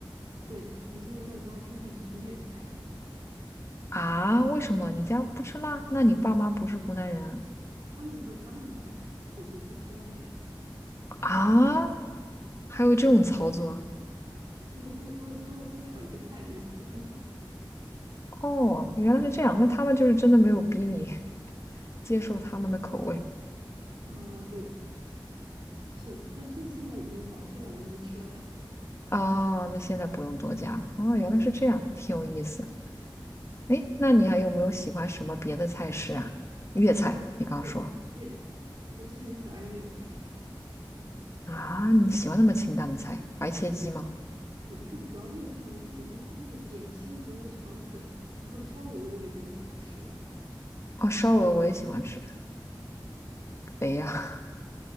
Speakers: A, on the right; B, on the left.
A: 对的，我之前在家出去只吃粤菜，
B: 啊？为什么？你家不吃辣？那你爸妈不是湖南人啊？
A: 他们做他们的菜，我我不吃辣呀，
B: 啊？还有这种操作啊？
A: 就是多多多多炒一个菜就行。
B: 哦，原来是这样，那他们就是真的没有逼你 <laughs> 接受他们的口味
A: 啊，对，是的，但现现在已经好了，现在我能吃了。
B: 啊。那现在不用多加了。哦，原来是这样，挺有意思。哎，那你还有没有喜欢什么别的菜式啊？粤菜，你刚说。
A: 对，粤菜，我之前可爱粤菜了，
B: 啊，你喜欢那么清淡的菜？白切鸡吗？
A: 也不是主要粤菜，我是喜欢它那个点心和肠粉，然后烧鹅我也觉得好吃。
B: 哦，烧鹅我也喜欢吃，肥呀、